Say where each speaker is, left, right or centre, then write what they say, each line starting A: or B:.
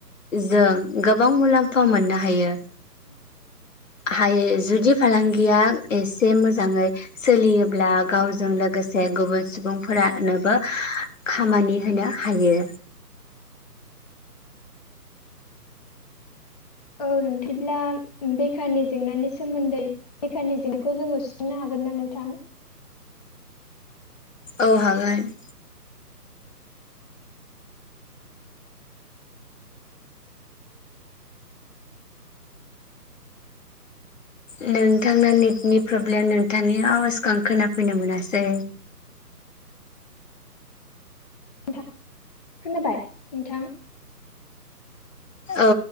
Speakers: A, on the left; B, on the left.
A: जों गोबां मुलाम्फा मोननो हायो
B: <inaudible>
A: हायो जुदि फालांगिया एसे मोजांङै सोलियोब्ला गाव जों लोगोसे गुबुन सुबुंफोरा नोबो खामानि होनो हायो।
B: औ <unintelligible> बेखारनि जेंनानि सोमोन्दै बेखारनि जेंनाखौ जोङो सुस्रनो हा गोन ना नोंथां?
A: औ हागोन। नोंथांना नेटनि प्रब्लेम नोंथांनि आवाजखौ आं खोनाफैनो मोनासै।
B: नोंथां खोनाबाय नोंथां?
A: औ।